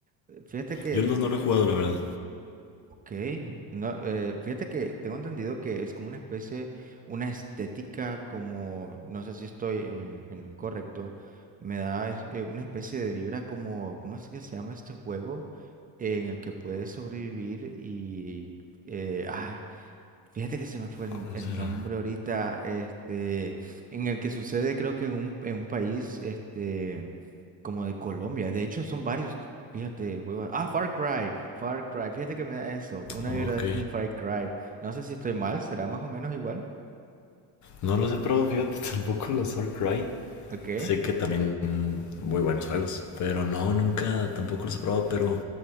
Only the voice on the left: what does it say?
Yo el
2 no lo he jugado, la verdad.
¿Cuál
será?
Ok.
No los he probado, fíjate, <laughs> tampoco los All Cry.
Sé que también muy buenos juegos, pero no, nunca tampoco los he probado, pero